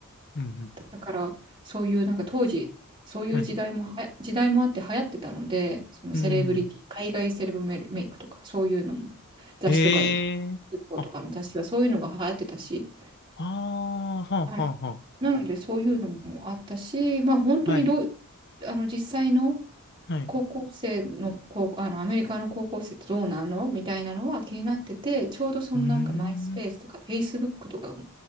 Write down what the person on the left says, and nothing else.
うん。
はい。うん。
へえ。
あ、ああ、はあ、
はあ、は
あ。はい。
はい。
うーん。